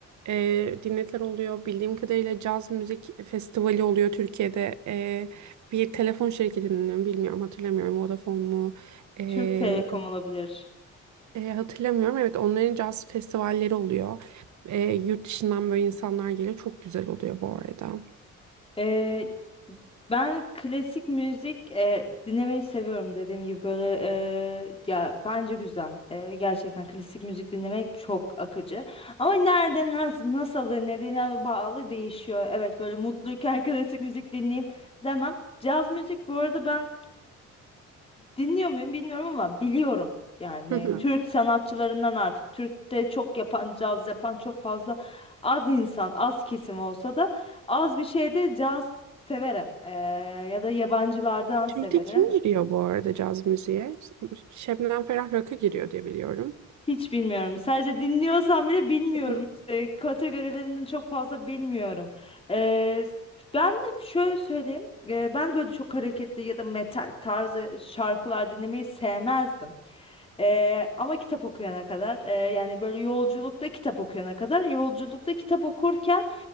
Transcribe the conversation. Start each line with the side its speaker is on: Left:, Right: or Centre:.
Right: e, dinletiler oluyor. Bildiğim kadarıyla caz müzik festivali oluyor Türkiye'de. E, bir telefon şirketinin bilmiyorum hatırlamıyorum Vodafone mu? E,
Left: Türk Telekom
Right: yok
Left: olabilir.
Right: E, hatırlamıyorum. Evet onların caz festivalleri oluyor. E, yurt dışından böyle insanlar geliyor. Çok güzel oluyor bu arada.
Left: Ee, ben klasik müzik e, dinlemeyi seviyorum dediğim gibi böyle e, ya bence güzel. E, gerçekten klasik müzik dinlemek çok akıcı. Ama nerede nasıl, nasıl dinlediğine bağlı değişiyor. Evet böyle mutluyken <laughs> klasik müzik dinleyeyim demem. Caz müzik bu arada ben dinliyor muyum bilmiyorum ama biliyorum. Yani
Right: Hı hı,
Left: Türk sanatçılarından artık Türk'te çok yapan, caz yapan çok fazla az insan, az kesim olsa da az bir şeyde caz severim. Ee, ya da yabancılardan severim.
Right: Türk'te kim giriyor bu arada caz müziğe? Şebnem Ferah Rakı giriyor diye biliyorum.
Left: Hiç bilmiyorum. Sadece dinliyorsam bile bilmiyorum
Right: Hı hı.
Left: işte. Kategorilerinin çok fazla bilmiyorum. Ee, ben de şöyle söyleyeyim. Ee, ben böyle çok hareketli ya da metal tarzı şarkılar dinlemeyi sevmezdim. Ee, ama kitap okuyana kadar e, yani böyle yolculukta kitap okuyana kadar yolculukta kitap okurken